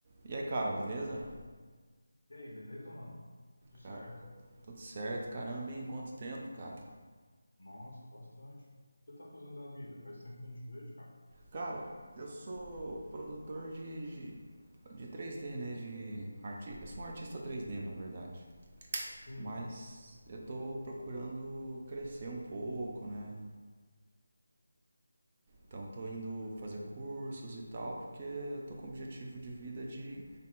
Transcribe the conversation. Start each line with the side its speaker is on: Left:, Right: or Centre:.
Right: E aí, cara, beleza?
Left: E aí, beleza, mano? Tudo certo.
Right: Cara, tudo certo, caramba, em quanto tempo, cara?
Left: Nossa, bastante. O que você tá fazendo da vida? Faz tempo que eu não te vejo, cara.
Right: Cara, eu sou produtor de, de 3D, né? De arti... Eu sou um artista 3D, na verdade.
Left: Sim.
Right: Mas eu tô procurando crescer um pouco, né? Então tô indo fazer cursos e tal, porque eu tô com o objetivo de vida de